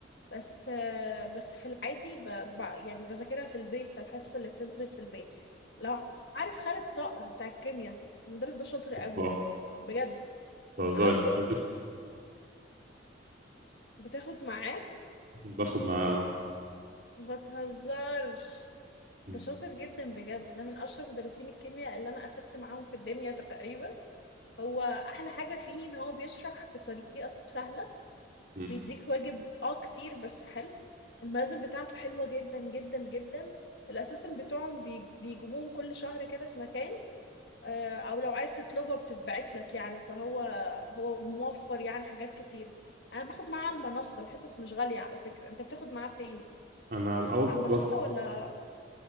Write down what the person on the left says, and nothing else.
بس آه، بس في العادي ب... ب... يعني بذاكرها في البيت في الحصص اللي بتنزل في البيت لو عارف خالد صقر بتاع الكيمياء المدرس ده شاطر قوي
بجد
عارفه
بتاخد معاه
ما تهزرش
ده شاطر جدا بجد ده من اشطر مدرسين الكيمياء اللي انا اخدت معاهم في الدنيا تقريبا هو احلى حاجه فيه ان هو بيشرح بطريقه سهله
بيديك واجب اه كتير بس حلو الملازم بتاعته حلوه جدا جدا جدا الاسيستنت بتوعهم بي- بيجيبوهم كل شهر كده في مكان آه، او لو عايز تطلبها بتتبعت لك يعني فهو هو موفر يعني حاجات كتير انا باخد معاه على المنصه الحصص مش غاليه على فكره انت بتاخد معاه فين
على
المنصه
ولا